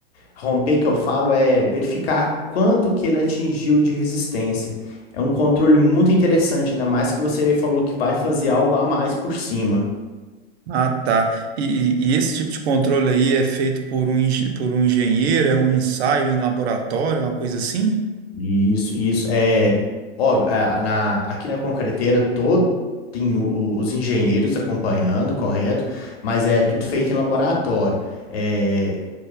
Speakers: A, on the left; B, on the right.
A: Romper que eu falo é verificar quanto que ele atingiu de resistência. É um controle muito interessante, ainda mais que você falou que vai fazer algo a mais por cima.
B: Ah, tá. E, e- e esse tipo de controle aí é feito por um, engi- por um engenheiro, é um ensaio em laboratório, uma coisa assim?
A: E Isso, e isso é óbvio, é, na, aqui na concreteira todo tem o- o- os engenheiros acompanhando, correto? Mas é tudo feito em laboratório. É,